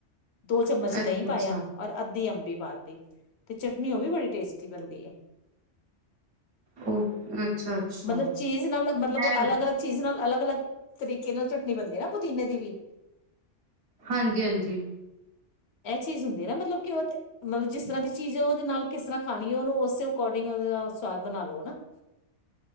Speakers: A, on the left; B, on the right.
A: ਦੋ ਚਮਚ
B: ਅੱਛਾ
A: ਦਹੀਂ ਪਾਇਆ
B: ਅੱਛਾ
A: ਔਰ ਅੱਧੀ ਅੰਬੀ ਪਾ ਤੀ, ਤੇ ਚਟਨੀ ਉਹ ਵੀ ਬੜੀ ਟੇਸਟੀ ਬਣਦੀ ਹੈ,
B: ਓ ਅੱਛਾ ਅੱਛਾ
A: ਮਤਲਬ ਚੀਜ਼ ਨਾਲ ਮਤਲਬ
B: ਮੈਂ
A: ਅਲੱਗ-ਅਲੱਗ ਚੀਜ਼ ਨਾਲ ਅਲੱਗ-ਅਲੱਗ, ਤਰੀਕੇ ਨਾਲ ਚਟਨੀ ਬਣਦੀ ਹੈ ਨਾ ਪੁਦੀਨੇ ਦੀ ਵੀ।
B: ਹਾਂਜੀ-ਹਾਂਜੀ।
A: ਇਹ ਚੀਜ਼ ਹੁੰਦੀ ਹੈ ਨਾ ਮਤਲਬ ਕਿ ਉਹ ਮਤਲਬ ਜਿਸ ਤਰ੍ਹਾਂ ਦੀ ਚੀਜ਼ ਹੈ ਉਹਦੇ ਨਾਲ ਕਿਸ ਤਰ੍ਹਾਂ ਖਾਣੀ ਉਹਨੂੰ ਉਸੇ ਅਕੋਰਡਿੰਗ ਉਹਦਾ ਸਵਾਦ ਬਣਾ ਲਓ ਨਾ। <inaudible>